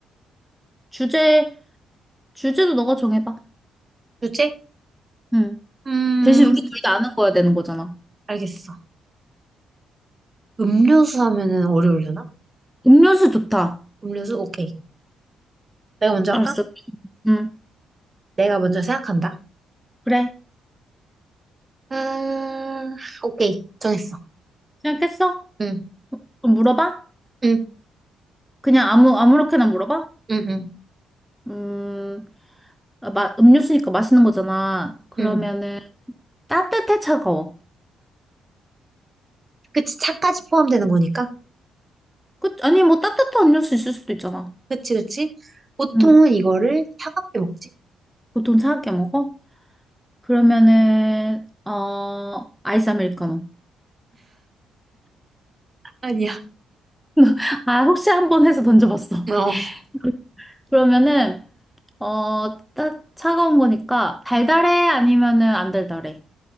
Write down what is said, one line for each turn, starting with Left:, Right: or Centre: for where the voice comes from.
Centre: 주제, 주제도 너가 정해봐.
Right: 주제?
Centre: 음.
Right: 음,
Centre: 대신 우리 둘 다 아는 거야 되는 거잖아.
Right: 알겠어. 음료수 하면은 어려우려나?
Centre: 음료수 좋다.
Right: 음료수? 오케이. 내가 먼저
Centre: 알았어.
Right: 할까?
Centre: 음.
Right: 내가 먼저 생각한다.
Centre: 그래.
Right: 아, 오케이. 정했어.
Centre: 생각했어?
Right: 응,
Centre: 그럼 물어봐?
Right: 응,
Centre: 그냥 아무, 아무렇게나 물어봐?
Right: 응, 응,
Centre: 음. 아, 마, 음료수니까 마시는 거잖아. 그러면은
Right: 응.
Centre: 따뜻해 차가워.
Right: 그치, 차까지 포함되는 거니까.
Centre: 그, 아니 뭐 따뜻한 음료수 있을 수도 있잖아.
Right: 그치, 그치. 보통은
Centre: 응.
Right: 이거를 차갑게 먹지?
Centre: 보통 차갑게 먹어? 그러면은 어 아이스 아메리카노.
Right: 아니야.
Centre: <laughs> 아 혹시 한번 해서 던져봤어.
Right: 어.
Centre: <laughs>
Right: <laughs>
Centre: 그러면은 어 따, 차가운 거니까 달달해 아니면은 안 달달해?